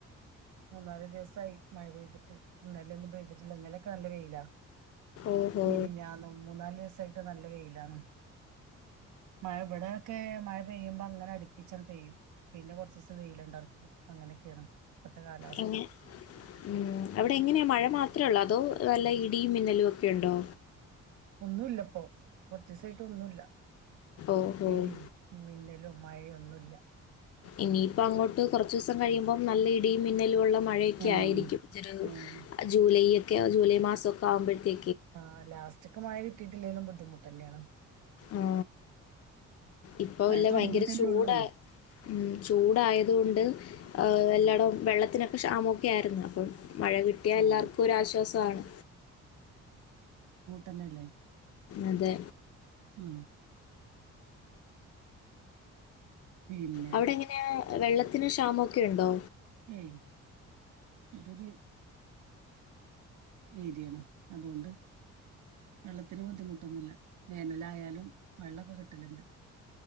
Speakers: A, on the right (about 75°); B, on the left (about 50°).
A: മൂന്നാല് ദിവസായി മഴ പെയ്തിട്ട് ഇന്നലെ ഒന്നും പെയ്തിട്ടില്ലാ ഇന്നലൊക്കെ നല്ല വെയിലാ
B: ഓഹോ
A: മെനാഞ്ഞാന്ന് മൂന്നാല് ദിസായിട്ട് നല്ല വെയിലാണ് മഴ ഇവടെയൊക്കെ മഴ പെയ്യ്മ്പോ അങ്ങനെ അടിപ്പി <unintelligible> പെയ്യും പിന്നെ കൊറച്ച് ദെവസം വെയ്ലോണ്ടാർന്നൾവെയ്ലോണ്ടാർന്നു അങ്ങനെയൊക്കെയാണ് ഇപ്പത്തെ കാലാവസ്ഥ
B: എങ്ങനെ ഉം അവടെ എങ്ങനെയാ മഴ മാത്ര ഒള്ളോ അതോ നല്ല ഇടിയും മിന്നലും ഒക്കെ ഒണ്ടോ
A: ഒന്നു ഇല്ല ഇപ്പോ കൊറച്ചയസായിട്ട് ഒന്നും ഇല്ല
B: ഓഹോ
A: ഇടിയും, മിന്നലും, മഴയൊന്നും ഇല്ല
B: ഇനി ഇപ്പം അങ്ങോട്ട് കൊറച്ച് ദിവസം കഴിയുമ്പോം നല്ല ഇടിയും മിന്നലും ഒള്ള മഴയൊക്കെ
A: ആഹ്
B: ആയിരിക്കും <unintelligible>
A: ആഹ്
B: ജൂലൈ ഒക്കെ ജൂലൈ മാസോക്കെ ആവ്മ്പോഴത്തേ
A: ആ ലാസ്റ്റിക് മഴ കിട്ടിയിട്ടോല്ലെലും ബുദ്ധിമുട്ട് തന്നെയാണ്
B: ആാ ഇപ്പൊ
A: മഴ
B: ഇല്ല
A: തുടങ്ങിയിട്ടല്ലേ
B: ബയങ്കര ചൂടാ
A: ഉള്ളൂ
B: ഉം ചൂടായത് കൊണ്ട് ആ
A: ഉം
B: എല്ലാടോം വെള്ളത്തിനൊക്കെ ക്ഷാമൊക്കെ ആര്ന്ന് അപ്പം മഴ കിട്ടിയാ
A: ആഹ്
B: എല്ലാർക്കും ഒര് ആശ്വാസാണ്
A: തന്നെ അല്ലേ
B: അതെ
A: ആാ പിന്നെ
B: അവടെ എങ്ങനെയാ വെള്ളത്തിന് ക്ഷാമൊക്കെ ഒണ്ടോ
A: ഏയ് ഇതൊരു ഏരായാണ് അത് കൊണ്ട് വെള്ളത്തിന് ബുദ്ധിമൊട്ടാന്നു ഇല്ല വേനലായാലും വെള്ളൊക്കെ കിട്ടലോണ്ട്